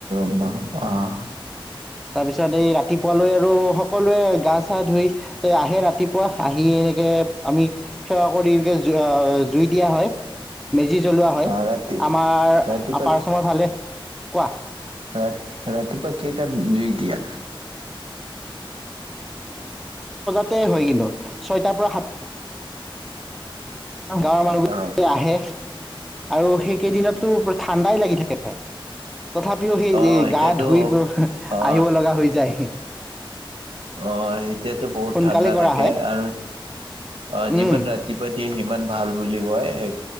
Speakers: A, on the right; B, in the centre.
A: অঁ
B: তাৰপিছত এই ৰাতিপুৱালৈ আৰু সকলোৱে গা চা ধুই আহে ৰাতিপুৱা আহি এনেকে আমি সেৱা কৰি এনেকে জুই দিয়া হয় মেজি জ্বলোৱা হয়
A: অ ৰাতি
B: আমাৰ
A: ৰাতিপুৱা
B: আপাৰ আছামৰ ফালে কোৱা
A: ৰা ৰাতিপুৱা কেইটাত জুই দিয়া
B: সোনকালেই হয় কিন্তু ছয়টাৰ পৰা সাত গাঁৱৰ মানুহবিলাক
A: অ
B: আহে আৰু সেই কেইদিনতো পোৰা ঠাণ্ডাই লাগি থাকে <unintelligible> তথাপিও সেই
A: অ এতিয়াতো
B: গা ধুই
A: অ
B: আহিব লগা হৈ যায়
A: অ এতিয়াতো বহুত
B: সোনকালে
A: ঠাণ্ডা
B: কৰা
A: থাকে
B: হয়
A: আৰু অ যিমান
B: উম,
A: ৰাতিপুৱা দিয়ে সিমান ভাল বুলি কয় সেই